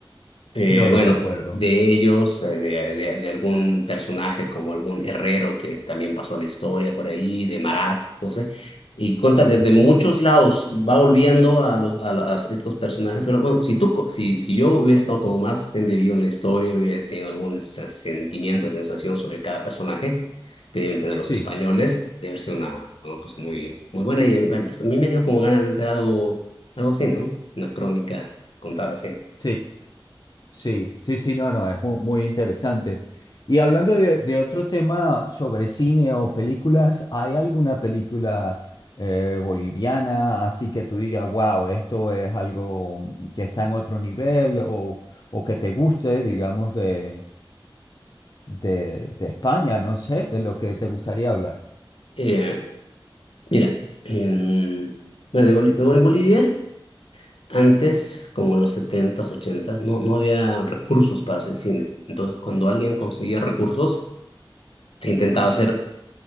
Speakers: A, on the left; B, on the left.
A: Eh,
B: no lo
A: bueno,
B: recuerdo.
A: de ellos, eh, de, de- de algún personaje como algún herrero que también pasó a la historia por ahí, de Marat, no sé. Y cuenta desde
B: Ajá.
A: muchos lados, va volviendo a los, a, la- a ciertos personajes, pero bueno, si tú, co- si, si yo hubiera estado como más embebido en la historia, hubiera tenido algún se- sentimiento, sensación sobre cada personaje que deben tener los
B: Sí,
A: españoles, debe ser una, una cosa muy, muy buena y eh, a mí me dio como ganas de hacer algo, algo así, ¿no? Una crónica contada así.
B: sí. Sí, sí, sí, no, no, es muy, muy interesante. Y hablando de, de otro tema sobre cine o películas, ¿hay alguna película eh, boliviana así que tú digas, wow, esto es algo que está en otro nivel o, o que te guste, digamos, de, de, de España, no sé, de lo que te gustaría hablar?
A: Eh, Mira, en, bueno, de Boli- luego en Bolivia, antes, como en los setentas, ochentas, no, no había recursos para hacer cine. Entonces, cuando alguien conseguía recursos, se intentaba hacer